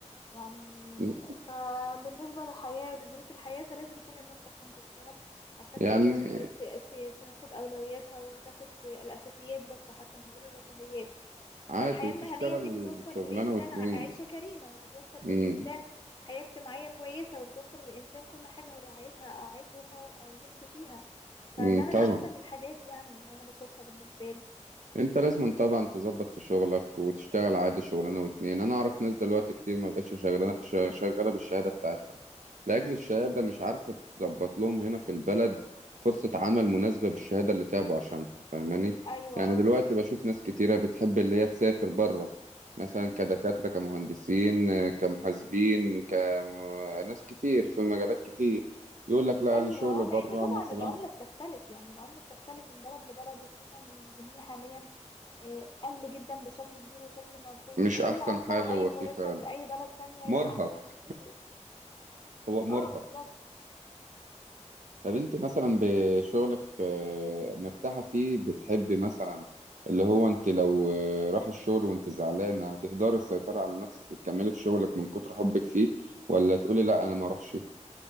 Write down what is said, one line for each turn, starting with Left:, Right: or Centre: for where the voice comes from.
Left: يعني
Right: مم.
Left: فبالنسبة للحياة ولظروف الحياة فلازم كل الناس أصلا تشتغل عشان
Right: يعني
Left: تقدر ت- ت- تاخد أولوياتها وتاخد الأساسيات بس حتى من غير الرفاهيات
Right: عادي
Left: فالحياة
Right: وتشتغل
Left: المهنية دي بتوفر
Right: شغلانة
Left: للإنسان
Right: واتنين
Left: ع- عيشة كريمة وبتوفر
Right: مم.
Left: للإنسان حياة اجتماعية كويسة وبتوفر للإنسان كل حاجة هو عايزها أو عايزه هو أو نفسه فيها فده
Right: مم.
Left: من
Right: طبعا
Left: أحسن الحاجات يعني اللي أنا بشوفها بالنسبة لي
Right: انت لازم طبعا تظبط في شغلك وتشتغل عادي شغلانه واتنين انا اعرف ناس دلوقتي كتير ما بقتش شغاله ش- شغاله بالشهاده بتاعتها لاجل
Left: امم
Right: الشهاده مش عارفه تظبط لهم هنا في البلد فرصه عمل مناسبه بالشهاده اللي تعبوا عشانها فاهماني
Left: أيوة
Right: يعني دلوقتي بشوف ناس كتيره بتحب اللي هي تسافر بره مثلا
Left: اه
Right: كدكاتره كمهندسين آه، كمحاسبين كناس كتير في مجالات كتير يقول لك لا
Left: ايوه
Right: انا شغل
Left: اه لان
Right: بره
Left: طبعا
Right: مثلا
Left: العمله بتختلف يعني العمله بتختلف من بلد لبلد وخصوصا ان الجنيه حاليا آه، قل جدا بشكل كبير وشكل ملحوظ
Right: مش
Left: في
Right: احسن
Left: اي عمله
Right: حال
Left: واي
Right: هو
Left: مرتب
Right: فيه فعلا
Left: في اي بلد تانية
Right: مرهق
Left: هيبقى احسن بكتير
Right: هو مرهق
Left: اه بالظبط
Right: طب انت مثلا بشغلك آه، مرتاحة فيه بتحبي مثلا اللي هو انت لو آه، راح الشغل وانت زعلانة هتقدري تسيطري على نفسك وتكملي في شغلك من كتر حبك فيه ولا تقولي لا انا ما اروحش